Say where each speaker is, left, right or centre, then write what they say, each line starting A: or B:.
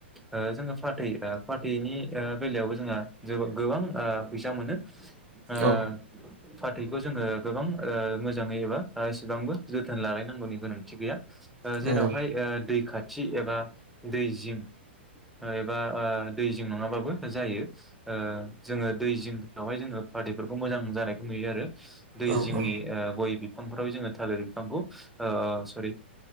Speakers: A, in the centre; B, on the right.
A: ओ जोङो फाथै ओ फा बेनि आ बेलायावबो जोंहा जोब गोबां ओ फैसा मोनो। ओ
B: औ
A: फाथै बेखौ जोङो गोबां मोजाङै एबा एसेबांबो जोथोन लालायनांगौनि गोनांथि गैया। जेरावहाय
B: नंगौ
A: दै खाथ थि एबा दै जिं एबा दै जिं नङाबाबो जायो जोङो दै जिंङावहाय जोङो फाथैफोरखौ मोजां जानायखौ नुयो आरो। दै
B: औ
A: जिंनि
B: औ
A: ओ गय बिफांफोराव जोङो थालिर बिफांखौ सरि